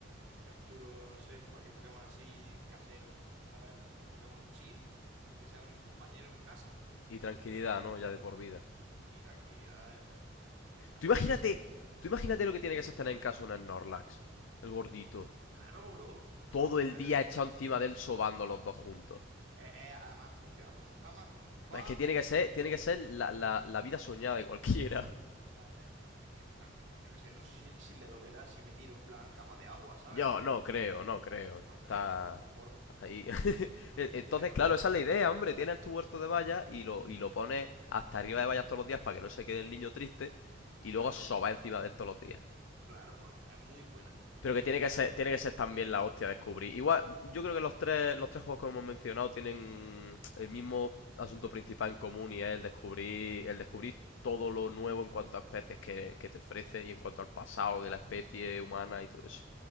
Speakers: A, on the right; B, on the left.
A: Capturo, no sé, cualquier Pokémon así casero, ¿sabes? Pokémon chill, que sea un compañero en casa
B: Y tranquilidad, ¿no? Ya de por vida.
A: y tranquilidad de, por de por vida.
B: Tú imagínate,
A: Yo qué sé.
B: tú imagínate lo que tiene que ser tener en casa un Snorlax, el gordito,
A: Claro, bro.
B: todo el
A: Eh,
B: día
A: eh,
B: echado encima de él sobando los dos juntos.
A: eh, eh, además funciona como cama, como sofá.
B: Es que tiene que ser, tiene que ser la, la- la vida soñada de cualquiera.
A: Pues ya ves, tío, en plan, yo qué sé, no sé si, si le dolerá si me tiro en plan cama de agua, ¿sabes?
B: Yo
A: Pero
B: no creo, no creo.
A: no
B: Está
A: creo, ese tío está muy gordo.
B: ahí. <laughs> E- Entonces,
A: Pero,
B: claro, esa es la idea, hombre. Tienes tu huerto de vallas y lo, y lo pones hasta arriba de vallas todos los días para que no se quede el niño triste y
A: claro,
B: luego soba encima de él todos los días.
A: claro, pues es muy buena, es
B: Pero
A: muy
B: que tiene
A: buena,
B: que ser,
A: muy
B: tiene
A: buena.
B: que ser también la hostia descubrir. Igual, yo creo que los tres, los tres juegos que hemos mencionado tienen el mismo asunto principal en común y es el descubrir, el descubrir todo lo nuevo en cuanto a especies que, que te ofrece y en cuanto al pasado de la especie humana y todo eso.